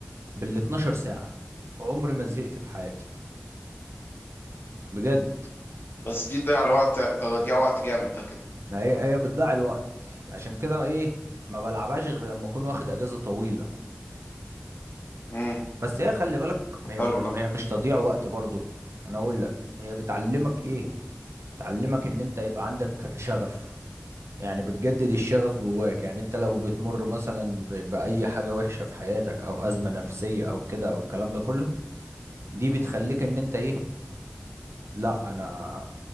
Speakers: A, on the right; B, on the left.
A: بال 12 ساعة عمري ما زهقت في حياتي بجد
B: بس دي تضيع الوقت ده تضيع وقت جامد ده كده
A: ما هي هي بتضيع الوقت عشان كده ايه ما بلعبهاش غير لما اكون واخد اجازة طويلة
B: امم
A: بس هي خلي بالك هي
B: حلو ده
A: هي مش تضييع وقت برضه انا اقول لك هي بتعلمك ايه تعلمك ان انت يبقى عندك شغف يعني بتجدد الشغف جواك يعني انت لو بتمر مثلا ب- بأي حاجة وحشة في حياتك او أزمة نفسية او كده او الكلام ده كله دي بتخليك ان انت ايه لا انا